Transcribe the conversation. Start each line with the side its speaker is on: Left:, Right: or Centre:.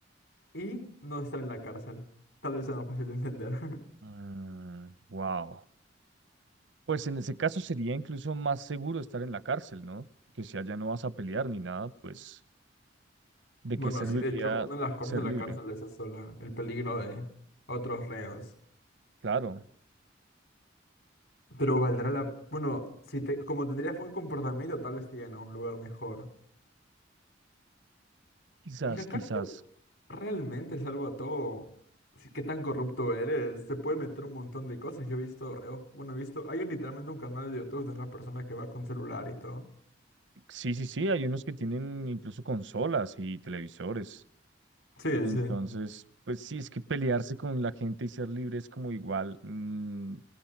Left: y no estar en la cárcel. Tal vez sea más fácil de entender. <laughs>
Right: Mm, wow, Pues en ese caso sería incluso más seguro estar en la cárcel, ¿no? Que si allá no vas a pelear ni nada, pues ¿de
Left: Bueno,
Right: qué serviría
Left: sí, de hecho, una de las cosas
Right: ser
Left: de la
Right: libre?
Left: cárcel es eso, la- el peligro de otros reos.
Right: Claro,
Left: Pero valdrá la... Bueno, si te, como tendrías buen comportamiento, tal vez te lleven a un lugar mejor.
Right: quizás,
Left: ¿Y la cárcel
Right: quizás.
Left: realmente es algo a todo? Sí, ¿Qué tan corrupto eres? Se puede meter un montón de cosas. Yo he visto reos... Bueno, he visto... Hay un- literalmente un canal de YouTube de una persona que va con celular y todo.
Right: Sí, sí, sí, hay unos que tienen incluso consolas y televisores.
Left: Sí,
Right: Entonces,
Left: sí.
Right: pues sí, es que pelearse con la gente y ser libre es como igual, mm,